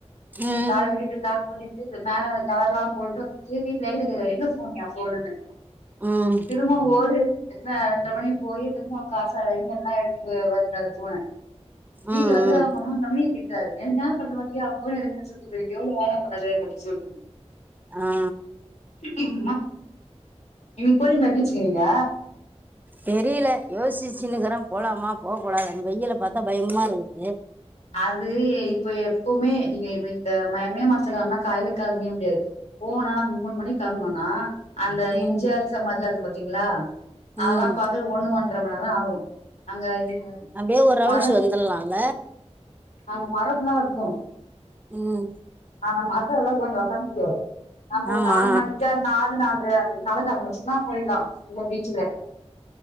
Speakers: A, on the right; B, on the left.
A: ம்
B: கார விட்டுட்டு லாக் பண்ணிட்டு மேல கவர்லா போட்டு வந்துட்டு வீட்ல வீட்டுக்கு எங்க ஃபோனியா ஃபோனுன்னு
A: ம்
B: திரும்ப ஓடு எட்ர எட்ர மணி போயி திரும்ப கார் சாவி வாங்கி எல்லா எடுத்து வந்தாரு ஃபோன வீட்ல
A: ம்
B: வந்து
A: ம்
B: அவுங்க அம்மா நம்ள திட் என்ன ‌பண்ற மாட்டியா ஃபோன எடுக்க சொல்லி எங்கோ வேலருக்கு <unintelligible>
A: ஆ
B: அம்மா இன்னைக்கு போறீங்களா பீச்சுக்கு நீங்க
A: தெரில யோசிச்சுனுக்கிற போலாமா போக கூடாதான் வெயில பாத்தா பயமா இருக்குது
B: அது இப்ப எப்பவுமே நீங்க இந்த மே மாசதுல கெலம்புனா காலைல கெலம்பவே முடியாது போனனா மூணு மணிக்கு கெலம்புனனா அந்த
A: ம்
B: எம் ஜி ஆர் சமாதிலா இருக்கு பாத்தீங்களா அதெல்லா
A: ம்
B: பாக்குற ஒண்ணு ஒன்ற மண் நேரோ ஆவு அங்க <unintelligible>
A: அப்டே ஒரு ரவுண்ஸ்
B: மரம்
A: வந்தர்றால
B: அங்க மரம்ல்லா இருக்கு
A: ம்
B: அந்த மசல்லா கொஞ்ச உக்காந்துட்டு நா போ
A: ஆமா
B: நாலு மணிக்கா நாலு நால்ற நடக்க அரம்பிச்சுதுனா போயிட்லா அந்த பீச்சுலே